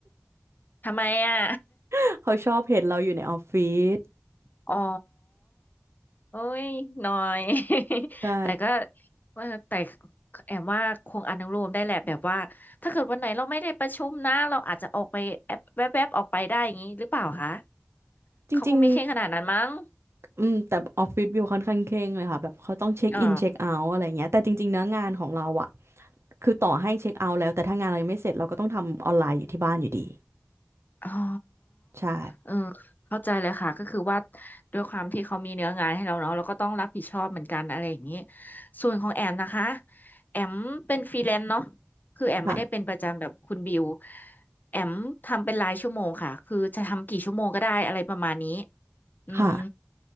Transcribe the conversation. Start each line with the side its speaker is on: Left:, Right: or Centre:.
Left: ทำไมอะ
Right: <laughs> เขาชอบเห็นเราอยู่ในออฟฟิศ
Left: <laughs> อ๋อ โอ้ยน้อย <laughs>
Right: ใช่
Left: แต่ก็ว่าแต่แอมว่าคงอนุโลมได้แหละแบบว่า ถ้าเกิดวันไหนเราไม่ได้ประชุมนะเราอาจจะออกไปแอบแวบๆออกไปได้อย่างนี้หรือเปล่าคะ
Right: จริง
Left: เขาคงไม่เคร่งขนาดนั้นมั้ง
Right: ๆอืมแต่ออฟฟิศบิวค่อนข้างเคร่งเลยค่ะแบบเขาต้องเช็คอินเช็คเอาท์อะไรเงี้ยแต่จริงๆเนื้องานของเราอะ
Left: อ๋อ
Right: คือต่อให้เช็คเอาท์แล้วแต่ถ้างานเรายังไม่เสร็จเราก็ต้องทำออนไลน์อยู่ที่บ้านอยู่ดี
Left: อ๋อ
Right: ใช่
Left: เออเข้าใจเลยค่ะก็คือว่าด้วยความที่เขามีเนื้องานให้เราเนาะเราก็ต้องรับผิดชอบเหมือนกันอะไรอย่างนี้ส่วนของแอมนะคะแอมเป็นฟรีแลนซ์เนาะคือแอมไม่ได้เป็นประจำแบบคุณบิว
Right: ค่ะ
Left: แอมทำเป็นรายชั่วโมงค่ะคือจะทำกี่ชั่วโมงก็ได้อะไรประมาณนี้อืม
Right: ค่ะ